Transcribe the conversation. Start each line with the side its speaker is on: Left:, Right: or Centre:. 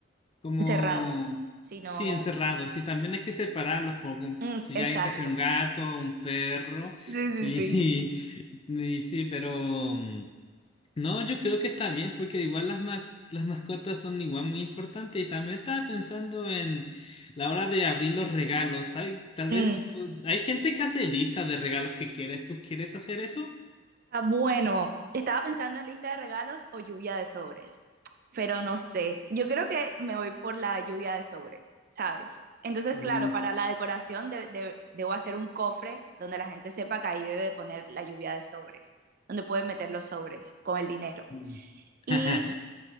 Left: como,
Right: Encerrados. Si no,
Left: sí, encerrados, y también hay que separarlos, por, con-
Right: mm,
Left: si
Right: exacto.
Left: ya alguien trajera un gato, un perro,
Right: Sí, sí,
Left: y,
Right: sí.
Left: <laughs> y, y sí, pero... mm, no, yo creo que está bien porque igual las ma- las mascotas son igual muy importantes y también estaba pensando en la hora de abrir los regalos. Hay, tal
Right: Mm.
Left: vez tú- hay gente que hace lista de regalos que quieres. ¿Tú quieres hacer eso?
Right: Ah, bueno, estaba pensando en lista de regalos o lluvia de sobres, pero no sé. Yo creo que me voy por la lluvia de sobres, ¿sabes? Entonces,
Left: Mm,
Right: claro, para
Left: s-
Right: la decoración de- de- debo hacer un cofre donde la gente sepa que ahí debe de poner la lluvia de sobres, donde pueden meter los sobres con el dinero.
Left: mm.
Right: Y
Left: <laughs>